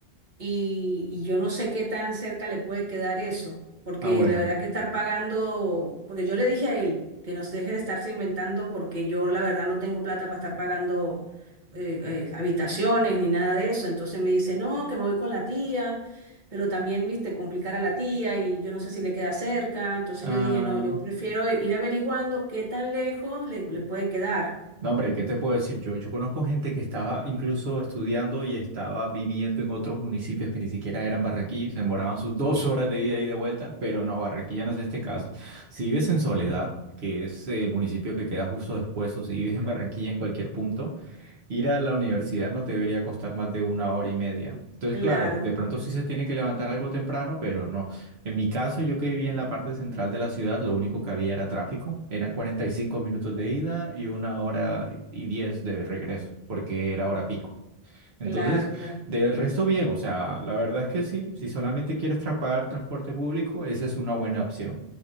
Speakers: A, on the right; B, on the right.
A: y, y yo no sé qué tan cerca le puede quedar eso, porque
B: Ah, bueno.
A: la verdad que estar pagando, porque yo le dije a él que nos deje de estarse inventando porque yo la verdad no tengo plata para estar pagando eh, eh, habitaciones ni nada de eso, entonces me dice, no, que me voy con la tía, pero también, viste, complicar a la tía y yo no sé si le queda cerca, entonces
B: Ah,
A: yo dije, no, yo prefiero ir averiguando qué tan lejos le, le puede quedar.
B: no, hombre, ¿qué te puedo decir yo? Yo conozco gente que estaba incluso estudiando y estaba viviendo en otros municipios que ni siquiera eran Barranquilla, se demoraban sus dos horas de ida y de vuelta, pero no, Barranquilla no es este caso. Si vives en Soledad, que es el municipio que queda justo después, o si vives en Barranquilla en cualquier punto, Ir a la universidad no te debería costar más de una hora y media. Entonces,
A: Claro,
B: claro, de pronto sí se tiene que levantar algo temprano, pero no. En mi caso, yo que vivía en la parte central de la ciudad, lo único que había era tráfico. Eran 45 minutos de ida y una hora y 10 de regreso, porque era hora pico. Entonces,
A: claro, claro.
B: del resto bien, o sea, la verdad es que sí, si solamente quieres tra- pagar transporte público, esa es una buena opción